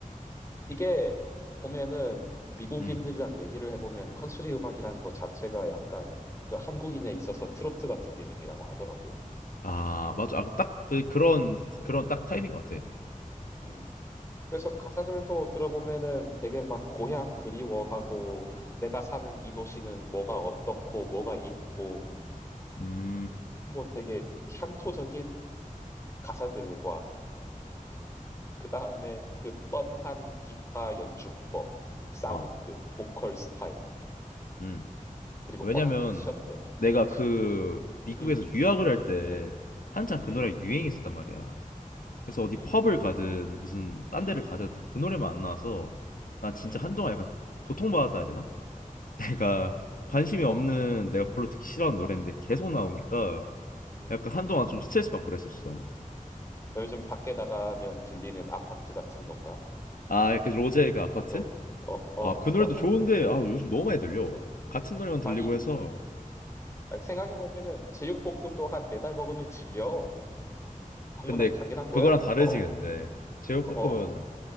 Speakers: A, on the left; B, on the left.
A: 이게 보면은 미국인들이랑
B: 응.
A: 얘기를 해보면 컨트리 음악이라는 것 자체가 약간 그 한국인에 있어서 트로트 같은 개념이라고 하더라고.
B: 아 맞아. 아, 딱 그, 그런 그런 딱 타입인
A: 음.
B: 것 같아.
A: 음. 그래서 가사들도 들어보면은 되게 막 고향 그리워하고 내가 사는 이 도시는 뭐가 어떻고 뭐가 있고
B: 음.
A: 뭐 되게 향토적인 가사들과 그 다음에 그 뻔한 기타 연주법, 사운드,
B: 어.
A: 보컬 스타일
B: 음.
A: 그리고
B: 왜냐면
A: 뻔한 패션들
B: 내가
A: 그치?
B: 그 미국에서
A: 음,
B: 유학을 할 때 한창
A: 음,
B: 그
A: 음,
B: 노래가 유행했었단 말이야. 그래서 어디
A: 음,
B: 펍을 가든 무슨 딴
A: 음,
B: 데를 가든 다 그 노래만 안 나와서 난 진짜
A: 음,
B: 한동안 약간 고통받았다 해야 되나? <laughs> 내가 관심이 없는
A: 어,
B: 내가 별로 듣기 싫어하는
A: 음,
B: 노래인데 계속 나오니까
A: 음.
B: 약간 한동안 좀 스트레스 받고 그랬었어 나는.
A: 요즘 밖에 나가면 들리는 아파트 같은 건가?
B: 아 약간 로제의 그 아파트?
A: 어, 어, 어,
B: 아 그
A: 그
B: 노래도
A: 아파트.
B: 좋은데 아 요즘 너무 많이 들려.
A: 어.
B: 같은 노래만 들리고
A: 아니,
B: 해서
A: 아, 생각해 보면은 제육볶음도 한 네 달 먹으면 질려. 너무나
B: 근데
A: 당연한
B: 그- 그거랑
A: 거야.
B: 다르지
A: 어,
B: 근데 제육볶음은
A: 어,